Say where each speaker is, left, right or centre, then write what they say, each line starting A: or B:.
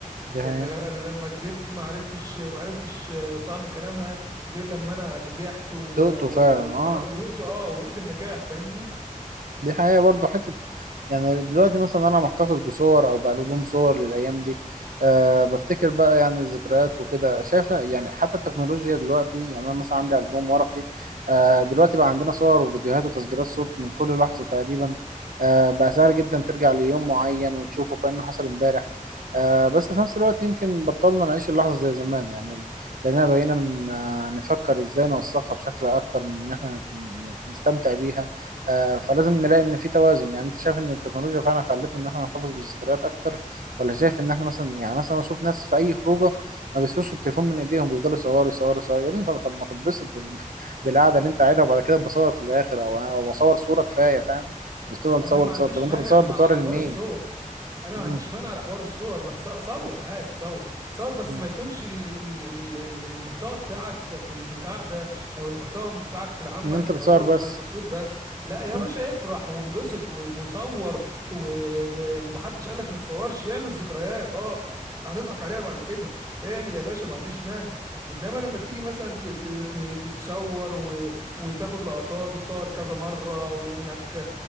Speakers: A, on the right; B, on the right.
A: دي حقيقة
B: احنا ل- انا لما كبرت ما عرفتش ما عرفتش آه، طعم كلامها غير لما انا نجحت و-
A: دقته
B: و-
A: فعلا
B: واتخرجت
A: اه
B: ودقت اه ودقت النجاح فاهمني
A: دي حقيقة برضو حتة يعني دلوقتي مثلا أنا محتفظ بصور أو بألبوم صور للأيام دي أه بفتكر بقى يعني الذكريات وكده شايف يعني حتى التكنولوجيا دلوقتي يعني أنا مثلا عندي ألبوم ورقي أه دلوقتي بقى عندنا صور وفيديوهات وتسجيلات صوت من كل لحظة تقريبا أه بقى سهل جدا ترجع ليوم معين وتشوفه كأنه حصل امبارح أه بس في نفس الوقت يمكن بطلنا نعيش اللحظة زي زمان يعني لأننا بقينا ن- نفكر إزاي نوثقها بشكل أكتر من إن إحنا ن- نستمتع بيها آه، فلازم نلاقي ان في توازن يعني انت شايف ان التكنولوجيا فعلا خلتنا ان احنا نحتفظ بالذكريات اكتر ولا شايف ان احنا مثلا يعني مثلا بشوف ناس في اي خروجه ما بيسيبوش التليفون من ايديهم بيفضلوا يصوروا يصوروا يصوروا يا ابني طب طب ما تتبسط بال- <laughs> بالقعده اللي انت قاعدها وبعد كده بصور في الاخر او أو اصور صوره كفايه فاهم مش تفضل
B: انا
A: تصور
B: ما
A: تصور
B: عنديش
A: طب انت
B: مانع
A: بتصور
B: مع-
A: بتوري
B: على حوار
A: لمين؟
B: الصور انا
A: مم،
B: ما عنديش مانع على حوار الصور ما تص- صور عادي صور صور بس
A: مم.
B: ما يكونش ال- ال- ال- ال- المحتوى بتاعك في ال- في القعده او المحتوى بتاعك في العامه
A: ان انت
B: ان
A: بتصور
B: هو انك
A: بس
B: تصوير بس لا يا
A: اه
B: باشا افرح وانبسط و- وصور و- و- ومحدش قالك ما تصورش اعمل ذكريات اه هتضحك عليها بعد كده اعمل يا باشا ما عنديش مانع انما لما تيجي مثلا ت- ت- ت- تتصور و- وتاخد لقطات وتصور كذا مره وانك